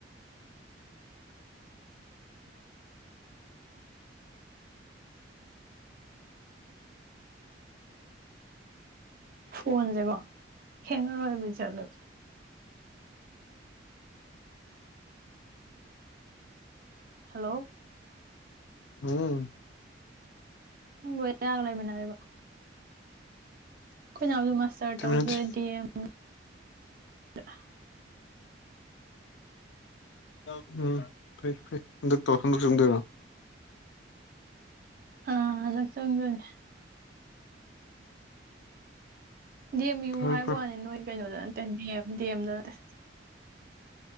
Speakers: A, on the right; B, on the left.
A: ꯐꯣꯟꯁꯦꯕꯣ ꯈꯦꯡꯉꯔꯣꯏꯕꯤ ꯆꯠꯂ ꯍꯜꯂꯣ
B: ꯎꯝ
A: ꯂꯣꯏꯔꯒ ꯂꯩꯃꯤꯟꯅꯔꯦꯕ ꯑꯩꯈꯣꯏꯅꯅꯥꯎꯗ ꯃꯥꯁꯇꯔ
B: ꯇꯤꯕꯤ
A: ꯇꯧꯗꯨꯔꯦꯗꯤ
B: ꯅꯠꯇꯦ
A: ꯑꯦꯝ ꯑ
B: ꯎꯝ ꯐꯩ ꯐꯩ ꯍꯟꯗꯛꯇ ꯇꯧꯔꯣ ꯍꯟꯗꯛ ꯆꯪꯗꯣꯏꯔꯣ
A: ꯑ ꯂꯛꯁꯪꯗꯅꯦ ꯗꯤ ꯑꯦꯝ ꯌꯨ
B: ꯐꯔꯦ
A: ꯍꯥꯏꯕ
B: ꯐꯔꯦ
A: ꯋꯥꯅꯤ ꯅꯣꯏ ꯀꯩꯅꯣꯗꯅ ꯗꯤꯦꯝ ꯗꯤꯑꯦꯝꯗꯗ